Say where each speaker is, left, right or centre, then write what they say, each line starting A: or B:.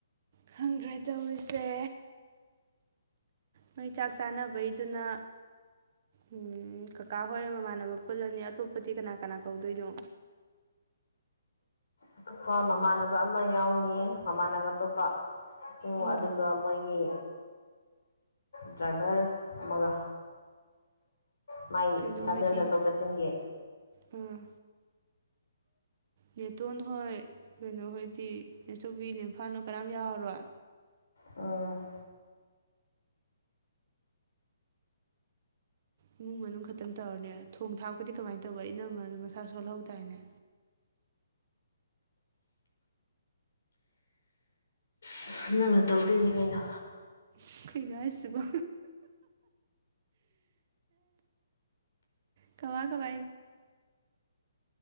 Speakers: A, on the right; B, on the left.
A: ꯈꯪꯗ꯭ꯔꯦ ꯇꯧꯔꯤꯁꯦ ꯅꯣꯏ ꯆꯥꯛ ꯆꯥꯅꯕꯩꯗꯨꯅ ꯎꯝ ꯀꯀꯥ ꯍꯣꯏ ꯃꯃꯥꯟꯅꯕ ꯄꯨꯜꯂꯅꯤ ꯑꯇꯣꯞꯄꯗꯤ ꯀꯅꯥ ꯀꯅꯥ ꯀꯧꯗꯣꯏꯅꯣ
B: ꯑꯇꯣꯞꯄ ꯃꯃꯥꯟꯅꯕ ꯑꯃ ꯌꯥꯎꯅꯤ ꯃꯃꯥꯟꯅꯕ ꯑꯇꯣꯞꯄ
A: ꯎꯝ
B: ꯑꯗꯨꯒ ꯃꯣꯏꯒꯤ ꯗ꯭ꯔꯥꯏꯚꯔ ꯑꯃꯒ ꯃꯥꯏ
A: ꯀꯩꯅꯣ
B: ꯆꯥꯟꯗꯦꯜ
A: ꯍꯣꯏꯗꯤ
B: ꯆꯠꯊꯣꯛ ꯆꯠꯁꯤꯟꯒꯤ
A: ꯑꯥ ꯅꯦꯇꯣꯟ ꯍꯣꯏ ꯀꯩꯅꯣ ꯍꯣꯏꯗꯤ ꯅꯦꯆꯧꯕꯤ ꯅꯦꯐꯥꯜꯅꯣ ꯀꯅꯥꯝ ꯌꯥꯎꯔꯔꯣꯏ
B: ꯎꯝ
A: ꯏꯃꯨꯡ ꯃꯅꯨꯡ ꯈꯛꯇꯪ ꯇꯧꯔꯅꯦ ꯊꯣꯡ ꯊꯥꯛꯄꯗꯤ ꯀꯃꯥꯏꯅ ꯇꯧꯕ ꯢꯅꯝꯃꯥꯗꯨ ꯃꯁꯥ ꯁꯣꯜꯍꯧ ꯗꯥꯏꯅꯦ
B: ꯑꯁ ꯅꯪꯅ ꯇꯧꯗꯣꯏꯅꯤ ꯀꯩꯅꯣ
A: ꯀꯩꯅꯣ ꯍꯥꯌꯁꯤꯕꯣ ꯀꯃꯥ ꯀꯥꯃꯥꯏ